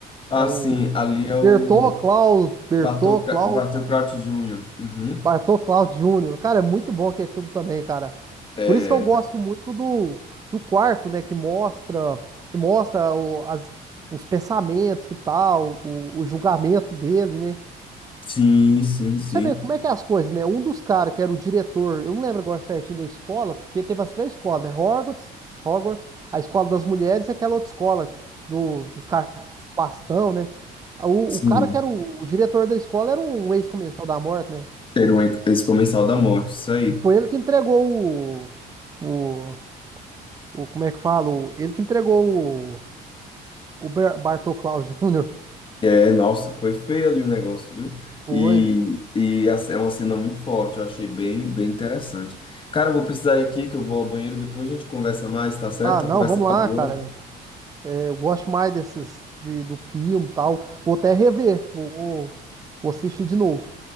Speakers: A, on the left; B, on the right.
A: Ah,
B: É o
A: sim, ali é o
B: Bertô Cláudio, Bertô
A: Bartol,
B: Cláudio,
A: Bartol Crouch Jr. Uhum.
B: Bartô Cláudio Júnior. Cara, é muito bom aquele filme também, cara.
A: É,
B: Por isso que eu gosto muito do, do quarto, né? Que mostra, que mostra o- as, os pensamentos e tal, o, o julgamento dele, né?
A: sim, sim, sim.
B: Você vê como é que é as coisas, né? Um dos caras que era o diretor, eu não lembro agora certinho da escola, porque teve as três escolas, né? Hogwarts, Hogwarts, a escola das mulheres e aquela outra escola do- dos caras com os bastão, né? O,
A: Sim,
B: o cara que era o, o diretor da escola era um ex-comensal da morte, né?
A: ter um, esse comensal da morte, isso aí.
B: E foi ele que entregou o, o, o- como é que fala? O- ele que entregou o, o Ber- Bartô Klaus Jr.
A: É, nossa, foi feio ali o negócio, viu?
B: Foi.
A: E, e a- é uma cena muito forte, eu achei bem, bem interessante. Cara, eu vou precisar ir aqui, que eu vou ao banheiro, depois a gente conversa mais, tá certo?
B: Ah, não,
A: A conversa
B: vamos
A: tá
B: lá,
A: boa.
B: cara. Eu gosto mais desses de, do filme e tal. Vou até rever. Vou, vou assistir de novo.